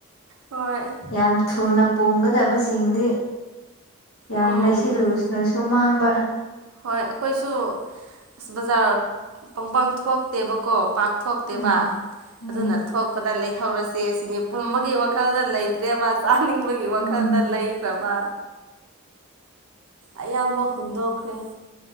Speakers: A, on the right (about 85°); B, on the left (about 80°).
A: ꯍꯣꯏ
B: ꯌꯥꯝ ꯊꯨꯅ ꯄꯨꯝꯒꯗꯕꯁꯦ ꯆꯤꯡꯗꯤ ꯌꯥꯝ
A: ꯎꯝ
B: ꯂꯩꯥꯁꯤꯜꯂꯨꯔ꯭ꯁꯨ ꯃꯥꯡꯕ
A: ꯍꯣꯏ ꯑꯩꯈꯣꯏꯁꯨ ꯕꯖꯥꯔ ꯄꯪꯄꯪ ꯊꯣꯛꯛꯇꯦꯕꯀꯣ ꯄꯥꯛ ꯊꯣꯛꯇꯦꯕ
B: ꯎꯝ ꯎꯝ
A: ꯑꯗꯨꯅ ꯊꯣꯛꯄꯗ ꯂꯩꯍꯧꯔꯁꯤ ꯁꯦ ꯁꯤꯅꯤ ꯄꯨꯝꯕꯒꯤ ꯋꯥꯈꯜꯗ ꯂꯩꯇ꯭ꯔꯦꯕ ꯆꯥꯅꯤꯡꯕꯒꯤ ꯋꯥꯈꯜꯗ
B: ꯎꯝ
A: ꯂꯩꯈ꯭ꯔꯕ ꯑꯌꯥꯝꯕ ꯍꯨꯟꯗꯣꯛꯈ꯭ꯔꯦ